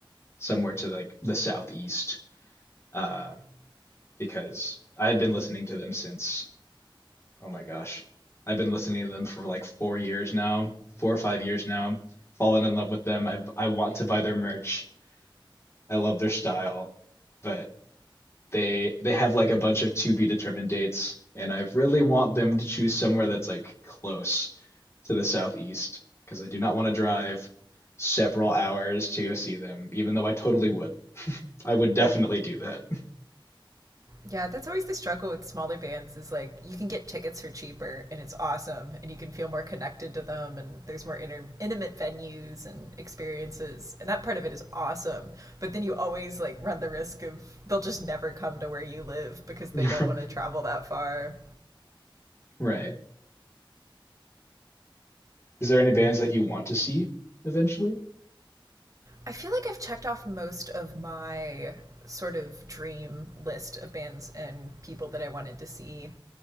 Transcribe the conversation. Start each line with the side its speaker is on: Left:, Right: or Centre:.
Left: somewhere to like the southeast uh, because I've been listening to them since, oh my gosh, I've been listening to them for like four years now, four or five years now. Fallen in love with them. I I want to buy their merch. I love their style, but. they they have like a bunch of to be determined dates, and I really want them to choose somewhere that's like close to the southeast because I do not want to drive several hours to go see them, even though I totally would. I would definitely do that.
Right: Yeah, that's always the struggle with smaller bands is like you can get tickets for cheaper and it's awesome and you can feel more connected to them and there's more inter- intimate venues and experiences and that part of it is awesome. But then you always like run the risk of they'll just never come to where you live because they don't
Left: <laughs>
Right: want to travel that far.
Left: Right. Is there any bands that you want to see eventually?
Right: I feel like I've checked off most of my sort of dream list of bands and people that I wanted to see.